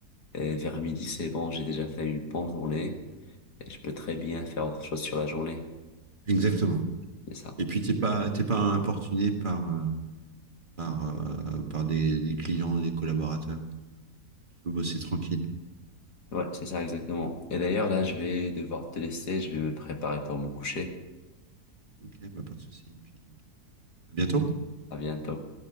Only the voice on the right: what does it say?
exactement.
Et puis t'es pas t'es pas importuné par euh, par euh, par des, des clients, des collaborateurs. Tu peux bosser tranquille.
Ok, bah pas de souci. Et puis euh, à bientôt.